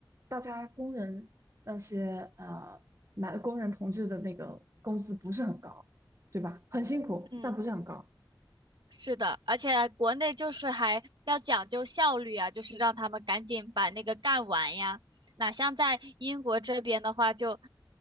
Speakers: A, on the right; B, on the right.
A: 大家工人那些呃男工人同志的那个工资不是很高，对吧？很辛苦，
B: 嗯
A: 但不是很高。
B: 是的，而且国内就是还要讲究效率啊，就是让他们赶紧把那个干完呀。哪像在英国这边的话就，